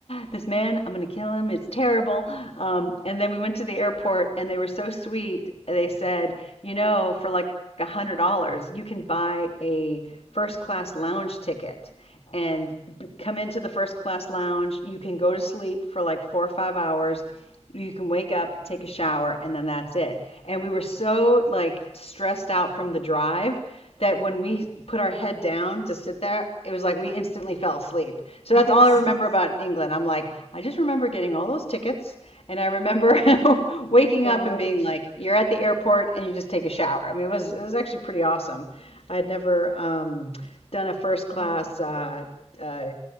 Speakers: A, on the left (about 60°); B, on the left (about 85°).
A: this man, I'm going to kill him. It's terrible. Um, and then we went to the airport and they were so sweet. They said, you know, for like a $100, you can buy a first class lounge ticket and come into the first class lounge. You can go to sleep for like four or five hours you can wake up, take a shower, and then that's it. And we were so like stressed out from the drive that when we put our head down to sit there, it was like we instantly fell asleep. So
B: <laughs>
A: that's
B: nice.
A: all I remember about England. I'm like, I just remember getting all those tickets. And I remember <laughs> waking
B: Wow.
A: up and being like, you're at the airport and you just take a shower. I mean, it was it was actually pretty awesome. I had never um, done a first class
B: Yeah,
A: uh, uh,